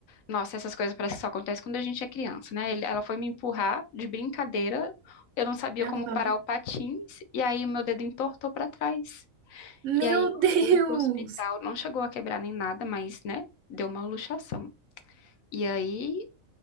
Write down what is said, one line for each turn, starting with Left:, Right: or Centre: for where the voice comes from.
Left: Nossa, essas coisas parece que só acontecem quando a gente é criança, né? Ele- Ela foi me empurrar de brincadeira, eu não sabia
Right: Aham.
Left: como parar o patins, e aí o meu dedo entortou para trás.
Right: Meu
Left: E aí eu
Right: <laughs> Deus!
Left: fui pro hospital, não chegou a quebrar nem nada, mas, né, deu uma luxação. E aí,